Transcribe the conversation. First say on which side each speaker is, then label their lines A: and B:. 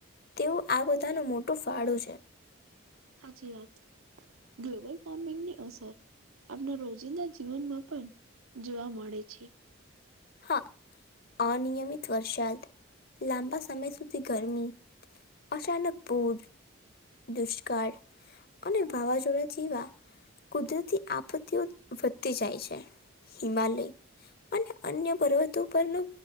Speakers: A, on the left (about 45°); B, on the right (about 80°).
A: તેઓ આ બધાનો મોટો ફાળો છે
B: હાચી વાત ગ્લોબલ વોર્મિંગ ની અસર આપણા રોજિંદા જીવનમાં પણ જોવા મળે છે
A: હા અનિયમિત વરસાદ લાંબા સમય સુધી ગરમી અચાનક પુર, દુષ્કાળ અને વાવાજોડા જીવા કુદરતી આપત્તિઓ વધતી જાય છે હિમાલય અને અન્ય પર્વતો પરનો